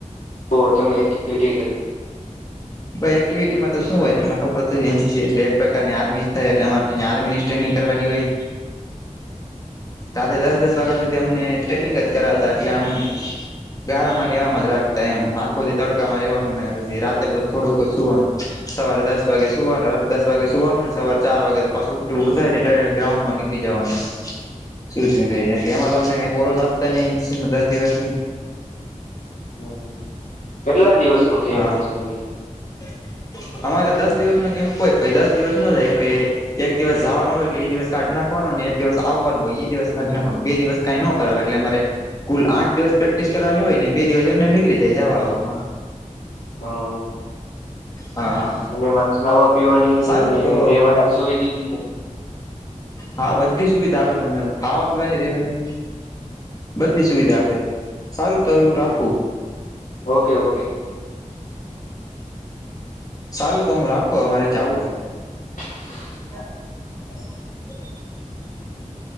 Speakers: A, on the left; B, on the left.
A: તો તમે એક ટીટી કરી.
B: એક્ટિવિટીમાં શું હોય. તમને ખબર એનસી એટલે એક પ્રકારની આર્મી થાય એ અમારે આર્મીની. ટ્રેનિંગ કરવાની કઈ? રાતે દસ દસ વાગ્યા સુધી અમને ટ્રેનિંગ જ કરાવતા. એટલે આમ ગારામાં એવામાં જ રાખતા એમ. આખોધી તડકામાં રહેેવાનું ને પછી રાતે પછી થોડુંક સુવાનું. સવારે દસ વાગે સુવાનું રા દસ વાગે સુવાનું ને સવારે ચાર વાગે તો પા ઉ ઉું થાય ને ગ્રાઉન્ડ માં નીળ જવાનું. સૂઝને પહેરીને એટલે એમાં તો અમને કઈજ આપતા નહી. દસ દિવસની
A: હ કેટલા દિવસ નો કેમ્પ
B: હા
A: હતો એમાં?
B: <inaudible> અમારે દસ દિવસ નો કેમ્પ હોય. પઈ દસ દિવસ નો થાય એમ ક એક દિવસ જવાનો હોય એટલે એ. દિવસ કાઢ નાખવાનો. એક દિવસ આવવાનું હોય એ દિવસ ખ નાખવાનું બે દિવસ કઈ ન કરાવે એટલે અરે કુલ આઠ દિવસ પ્રેક્ટિસ કરવાની હોય. ને બે દિવસ એમને એમ નીકળી જાય જવાવામાં.
A: હા.
B: હા
A: અને એમાં ખાવા પીવાની
B: સારું
A: ને
B: તો
A: રહેેવાની સુવિધા ને
B: હા બધી સુવિધા આપ તમને ખાવા પીવાની રેવાની. બધી સુવિધા આપે સારું ત રાખું.
A: ઓકે ઓકે
B: સારું તો હું રાખો અમારે જાવું હે.
A: <inaudible>
B: <unintelligible>